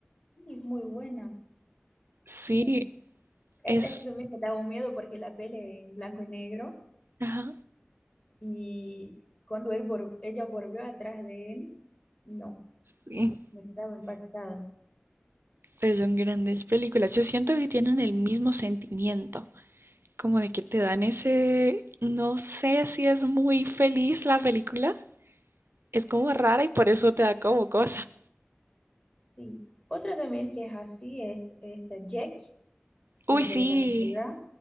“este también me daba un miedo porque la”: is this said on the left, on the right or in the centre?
Left